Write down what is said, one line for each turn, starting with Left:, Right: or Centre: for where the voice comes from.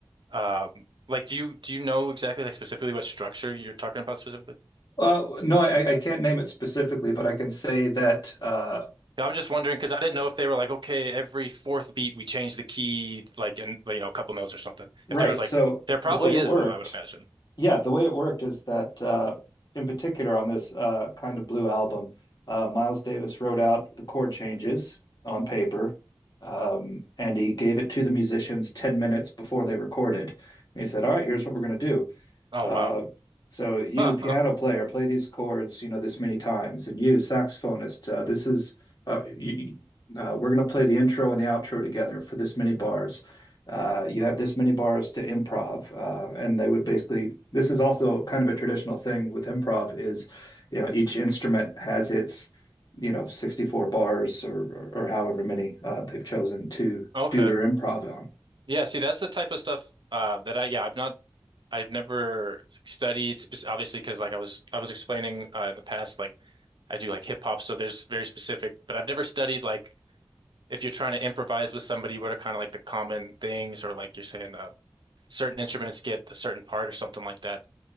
Right: um, like, do you do you know exactly like specifically what structure you're talking about specifically?
Left: Uh, no, I, I can't name it specifically, but I can say that uh,
Right: Yeah, I'm just wondering because I didn't know if they were like, okay, every fourth beat we change the key, like, and you know, a couple notes or something.
Left: Right.
Right: If there was
Left: So
Right: like, there probably
Left: the way it
Right: is
Left: worked,
Right: though, I would imagine.
Left: yeah, the way it worked is that uh, in particular on this uh, kind of blue album, uh, Miles Davis wrote out the chord changes on paper, um, and he gave it to the musicians 10 minutes before they recorded. And he said, All right, here's what we're going to do.
Right: Oh
Left: Uh,
Right: wow.
Left: so you,
Right: Huh,
Left: piano
Right: huh.
Left: player, play these chords, you know, this many times, and you, saxophonist, uh, this is uh, you, uh, we're going to play the intro and the outro together for this many bars. Uh, you have this many bars to improv, uh, and they would basically. This is also kind of a traditional thing with improv is, you know, each instrument has its, you know, 64 bars or or, or however many uh, they've chosen to
Right: Okay.
Left: do their improv on.
Right: Yeah. See, that's the type of stuff uh, that I, yeah, i have not, I've never studied spec- obviously because like I was, I was explaining uh, in the past, like I do like hip hop, so there's very specific, but I've never studied like if you're trying to improvise with somebody, what are kind of like the common things or like you're saying uh, certain instruments get a certain part or something like that.